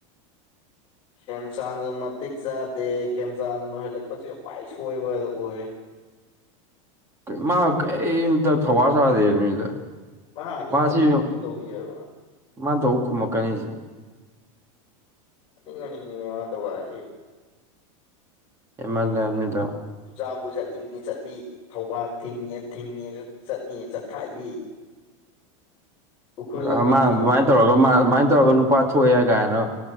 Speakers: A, on the left; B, on the right.
A: ꯈꯦꯝꯆꯥꯟ ꯃꯇꯤꯛ ꯆꯥꯗꯦ ꯈꯦꯝꯆꯥꯟ ꯑꯣꯏꯍꯜꯂꯛꯄꯁꯦ ꯈ꯭ꯋꯥꯏ ꯁꯣꯏꯕꯗ ꯑꯣꯏꯔꯦ
B: ꯃꯥ ꯀꯩꯝꯇ ꯊꯧꯋꯥ ꯁꯥꯗꯦꯕ ꯃꯤꯗ
A: ꯃꯥ ꯑꯅꯤꯡ
B: ꯃꯥꯁꯤ
A: ꯑꯅꯤꯡꯕꯅꯦ ꯇꯧꯔꯤꯖꯦꯕ
B: ꯃꯥꯅ ꯇꯧꯕ ꯈꯨꯝꯃꯛꯀꯅꯤ ꯑꯩꯖꯦ
A: ꯑꯅꯤꯡ ꯑꯅꯤꯡꯕꯅꯦ ꯃꯥ ꯇꯧꯒꯥꯏꯔꯤꯖꯦ
B: ꯍꯦꯜꯃꯜꯂꯦ ꯍꯥꯏꯅꯤꯗ
A: ꯆꯨꯔꯆꯥꯟꯄꯨꯔ ꯆꯠꯅꯤꯡꯉꯤ ꯆꯠꯂꯤ ꯊꯧꯕꯥꯜ ꯊꯤꯡꯉꯦ ꯊꯤꯡꯉꯦ ꯆꯠꯅꯤ ꯆꯠꯈꯥꯏꯕꯤ ꯎꯈ꯭ꯔꯨꯜ
B: ꯄꯨꯔꯥ
A: ꯂꯝꯕꯤ
B: ꯃꯥ
A: ꯊꯤꯡꯉꯦ
B: ꯑꯗꯨꯃꯥꯏꯅ
A: ꯊꯤꯡꯉꯦ
B: ꯇꯧꯔꯒ
A: ꯆꯠꯈꯥꯏꯕꯤ
B: ꯃꯥ ꯑꯗꯨꯃꯥꯏꯅ ꯇꯧꯔꯒ ꯅꯨꯄꯥ ꯊꯣꯛꯑꯦ ꯒꯥꯏꯅ